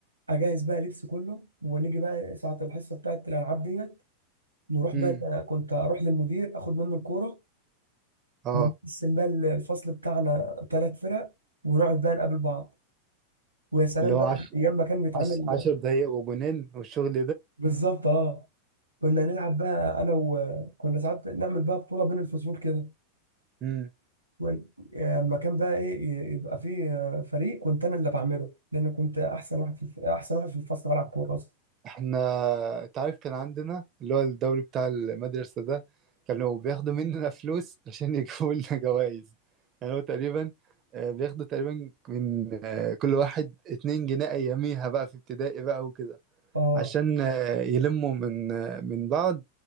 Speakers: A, on the right; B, on the right.
A: اجهز بقى لبس كله ونيجي بقى ساعه الحصه بتاعت الالعاب ديت نروح
B: امم
A: بقى كنت اروح للمدير اخد منه الكوره
B: اه
A: ونقسم بقى الفصل بتاعنا ثلاث فرق ونقعد بقى نقابل بعض ويا سلام
B: اللي هو
A: بقى
B: عش...
A: ايام ما كان بيتعمل
B: عش... عشر دقايق وجنان والشغل
A: بالظبط اه كنا نلعب بقى انا وكنا ساعات نعمل بقى بطوله بين الفصول كده
B: ده
A: ون- يعني لما كان بقى ايه ي- يبقى فيه آه، فريق كنت انا اللي بعمله لان كنت احسن واحد في الف... احسن واحد في الفصل بلعب كوره اصلا
B: احنا انت عارف كان عندنا اللي هو الدوري بتاع المدرسة ده كانوا بياخدوا مننا فلوس عشان يجيبوا لنا جوائز يعني هو تقريبا آه، بياخدوا تقريبا من آه، كل واحد اتنين جنيه أياميها بقى في ابتدائي بقى وكده
A: اه
B: عشان آه، يلموا من آه، من بعض